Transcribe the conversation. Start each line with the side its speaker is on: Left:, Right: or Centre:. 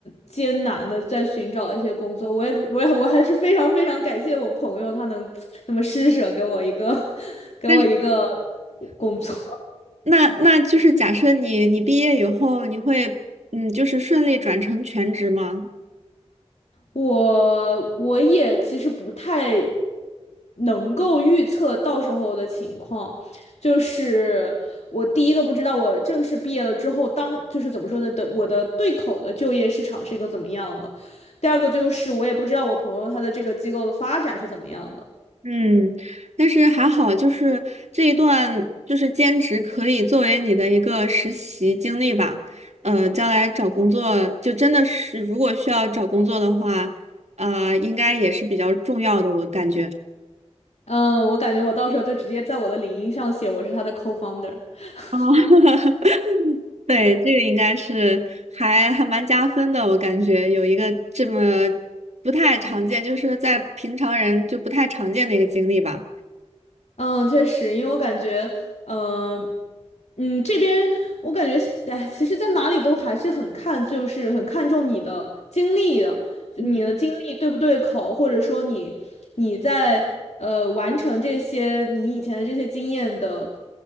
Left: 艰难的在寻找一些工作。我也，我也，我还是非常非常感谢我朋友，他能那么施舍给我一个，<laughs> 给我一个
Right: 但是
Left: 工作。
Right: 那那就是假设你你毕业以后，你会嗯，就是顺利转成全职吗？
Left: 我我也其实不太能够预测到时候的情况，就是我第一个不知道我正式毕业了之后，当就是怎么说呢的，我的对口的就业市场是一个怎么样的，第二个就是我也不知道我朋友他的这个机构的发展是怎么样的。
Right: 嗯，但是还好，就是这一段就是兼职可以作为你的一个实习经历吧。呃，将来找工作就真的是，如果需要找工作的话，呃，应该也是比较重要的，我感觉。
Left: 嗯，我感觉我到时候就直接在我的领英上写我是他的 co-founder。<laughs>
Right: 哦 <laughs> 对，这个应该是还还蛮加分的，我感觉有一个这么不太常见，就是在平常人就不太常见的一个经历吧。
Left: 嗯，确实，因为我感觉，嗯、嗯，这边我感觉现，哎，其实，在哪里都还是很看，就是很看重你的经历的，就你的经历对不对口，
Right: 嗯，
Left: 或者说你你在呃完成这些你以前的这些经验的